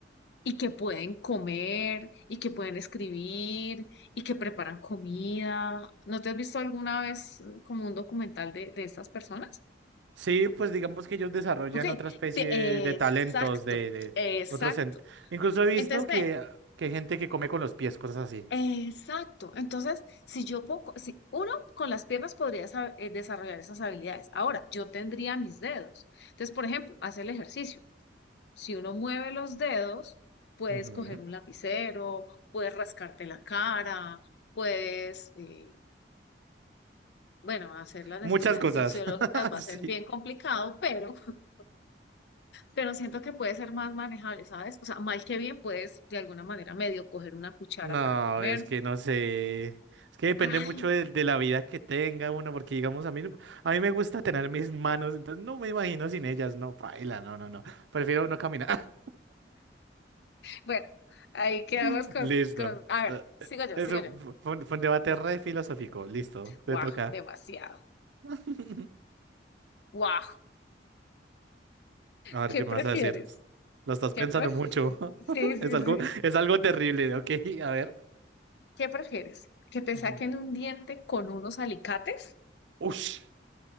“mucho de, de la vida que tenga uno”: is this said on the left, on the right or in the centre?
Right